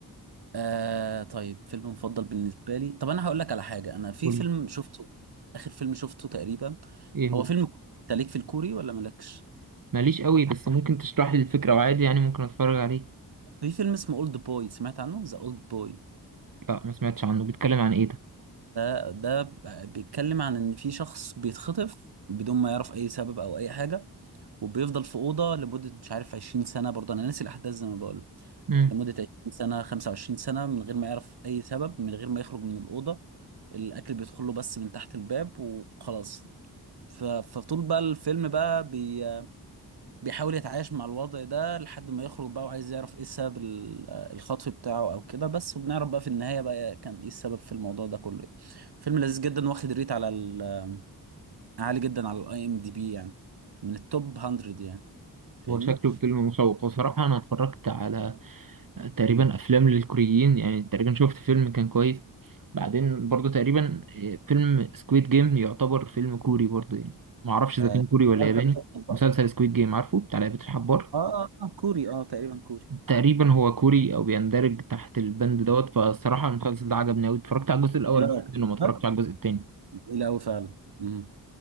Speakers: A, on the right; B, on the right.
A: آه طيب فيلم مفضل بالنسبة لي طب أنا هقول لك على حاجة أنا في
B: قولي
A: فيلم شفته آخر فيلم شفته تقريبا
B: ايه هو
A: هو فيلم ك- أنت ليك في الكوري ولا مالكش؟
B: ماليش قوي بس ممكن تشرح لي الفكره وعادي يعني ممكن اتفرج عليه
A: في فيلم اسمه أولد بوي سمعت عنه؟ ذا أولد بوي
B: لا ما سمعتش عنه بيتكلم عن ايه ده
A: ده ده ب- بيتكلم عن إن في شخص بيتخطف بدون ما يعرف أي سبب أو أي حاجة وبيفضل في أوضة لمدة مش عارف 20 سنة برضه أنا ناسي الأحداث زي ما بقول لك.
B: امم
A: لمدة 20 سنة 25 سنة من غير ما يعرف أي سبب من غير ما يخرج من الأوضة الأكل بيدخله بس من تحت الباب وخلاص ف- فطول بقى الفيلم بقى بي بيحاول يتعايش مع الوضع ده لحد ما يخرج بقى وعايز يعرف ايه سبب ال- الخطف بتاعه او كده بس وبنعرف بقى في النهاية بقى كان ايه السبب في الموضوع ده كله يعني فيلم لذيذ جدا واخد ريت على ال- عالي جدا على الاي ام دي بي يعني من التوب 100 يعني فاهمني؟
B: هو شكله فيلم مشوق بصراحه انا اتفرجت على تقريبا
A: مم.
B: افلام للكوريين يعني تقريبا شفت فيلم كان كويس بعدين برضو تقريبا فيلم سكويد جيم يعتبر فيلم كوري برضو يعني ما اعرفش اذا
A: آه،
B: كان كوري
A: مسلسل
B: ولا ياباني
A: قصة بقى.
B: مسلسل سكويد جيم عارفه بتاع لعبه الحبار
A: اه اه آه، كوري اه تقريبا كوري
B: تقريبا هو كوري او بيندرج تحت البند
A: مم.
B: دوت فالصراحه المسلسل ده عجبني قوي اتفرجت على الجزء الاول
A: ايه رأيك؟
B: بس منه ما اتفرجتش
A: عجبك؟
B: على الجزء التاني
A: جميل قوي فعلا مم.